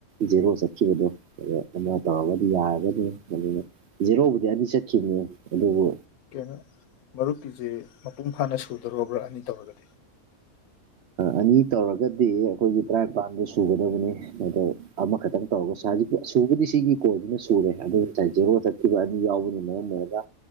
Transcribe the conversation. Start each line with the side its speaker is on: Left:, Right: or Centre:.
Right: ꯖꯦꯔꯣ ꯆꯠꯈꯤꯕꯗꯣ ꯑꯗꯣ ꯑꯃ ꯇꯧꯔꯒꯗꯤ ꯌꯥꯔꯒꯗꯤ ꯃꯗꯨꯅ ꯌꯦꯔꯣꯕꯨꯗꯤ ꯑꯅꯤ ꯆꯠꯈꯤꯕꯅꯤ ꯑꯗꯨꯕꯨ
Left: ꯀꯩꯅꯣ ꯃꯔꯨꯞꯀꯤꯁꯦ ꯃꯄꯨꯡ ꯐꯥꯅ ꯁꯨꯗꯨꯔꯕ꯭ꯔꯥ ꯑꯅꯤ ꯇꯧꯔꯒꯗꯤ
Right: ꯑꯅꯤ ꯇꯧꯔꯒꯗꯤ ꯑꯩꯈꯣꯏꯒꯤ ꯇꯔꯥꯅꯤꯄꯥꯟꯗ ꯁꯨꯒꯗꯕꯅꯤ ꯑꯗꯣ ꯑꯃꯈꯛꯇꯪ ꯇꯧꯔꯒ ꯁꯥꯔ ꯁꯨꯕꯗꯤ ꯁꯤꯒꯤ ꯀꯣꯜꯗꯨꯅ ꯁꯨꯔꯦ ꯑꯗꯨ ꯉꯁꯥꯏ ꯖꯦꯔꯣ ꯊꯤꯕ ꯑꯗꯨ ꯌꯥꯎꯕꯅ ꯃꯔꯝ ꯑꯣꯏꯔꯒ